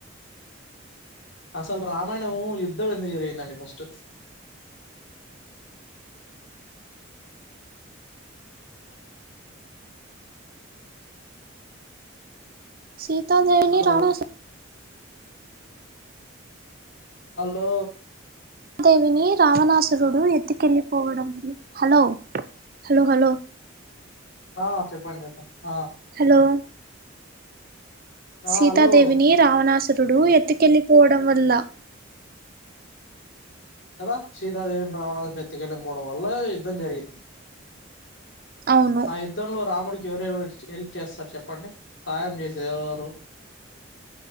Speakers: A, on the left; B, on the right.
A: అసలు రామాయణము యుద్ధం ఎందుకు జరిగిందండి ఫస్ట్
B: సీతాదేవిని
A: హలో
B: రావణాసుడు
A: హలో
B: సీతా దేవిని రావణాసురుడు ఎత్తుకెళ్ళిపోవడం వల్ల హలో హలో హలో
A: ఆ చెప్పండి చెప్పండి ఆ
B: హలో సీతాదేవిని
A: ఆ హలో
B: రావణాసురుడు ఎత్తుకెళ్ళలిపోవడం వల్ల
A: కదా సీతాదేవిని రావణాసురుడు ఎత్తికెళ్ళిం పోవడం వల్ల యుద్ధం జరిగింది
B: అవును
A: ఆ యుద్ధం లో రాముడికి ఎవరవరు హెల్ప్ చేస్తారు చెప్పండి సాయం చేసేది ఎవరు ఎవరు